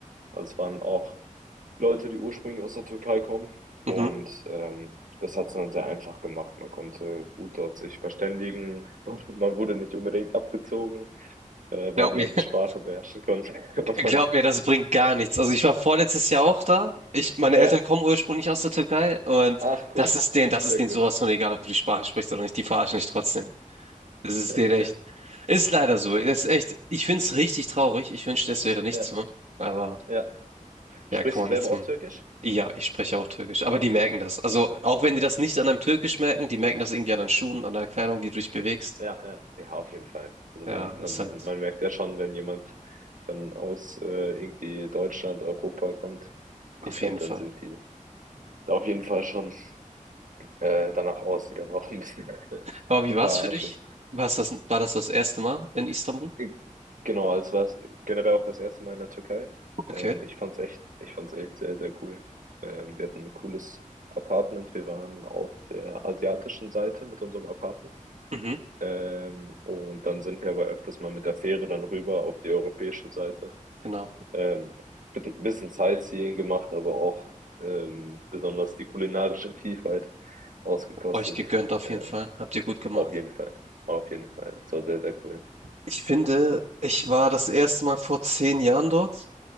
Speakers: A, on the right; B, on the right.
A: Also es waren auch Leute, die ursprünglich aus der Türkei kommen und
B: Mhm.
A: ähm, das hat es dann sehr einfach gemacht. Man konnte gut dort sich verständigen <laughs> und man wurde nicht unbedingt abgezogen, äh,
B: Glaub
A: weil die
B: mir.
A: halt
B: <laughs>
A: die Sprache beherrschen konnten. <laughs> Und,
B: Glaub mir, das bringt gar nichts. Also ich war vorletztes Jahr auch da. Ich, meine
A: ja,
B: Eltern kommen ursprünglich aus der Türkei und
A: ach
B: das
A: cool,
B: ist denen, das ist
A: sehr
B: denen sowas
A: cool.
B: von egal, ob du die Sprache sprichst oder nicht, die verarschen dich trotzdem. Das ist
A: <laughs>
B: denen echt. Ist leider so. Das ist echt, ich find's richtig traurig. Ich wünschte, es wäre nicht
A: Ja,
B: so. Aber.
A: ja. Sprichst
B: Ja, kann man
A: du selber
B: nichts machen.
A: auch Türkisch?
B: Ja, ich spreche auch Türkisch. Aber die merken das. Also, auch wenn die das nicht an einem Türkisch merken, die merken das irgendwie an deinen Schuhen, an der Kleidung, die du dich bewegst.
A: Ja, ja, ja, auf jeden Fall. Also
B: Ja,
A: man,
B: das
A: man,
B: ist
A: man,
B: halt
A: man merkt ja schon, wenn jemand dann aus äh, irgendwie Deutschland, Europa kommt,
B: auf
A: ich glaube,
B: jeden Fall.
A: dann sind die da auf jeden Fall schon äh, danach aus, die dann auch ein bisschen <laughs>
B: Aber wie
A: zu
B: war
A: verarschen.
B: es für dich? War's das, war das das erste Mal in Istanbul?
A: Äh, Genau, also war es generell auch das erste Mal in der Türkei. Ähm,
B: Okay.
A: ich fand's echt, ich fand's echt sehr, sehr cool. Ähm, wir hatten ein cooles Apartment. Wir waren auf der asiatischen Seite mit unserem Apartment.
B: Mhm,
A: Ähm, und dann sind wir aber öfters mal mit der Fähre dann rüber auf die europäische Seite.
B: genau.
A: Ähm, bit- bisschen Sightseeing gemacht, aber auch ähm, besonders die kulinarische <laughs> Vielfalt ausgekostet.
B: Euch gegönnt auf
A: Ähm,
B: jeden Fall. Habt ihr gut gemacht.
A: auf jeden Fall, auf jeden Fall. Das war sehr, sehr cool.
B: Ich finde, ich war das erste Mal vor zehn Jahren dort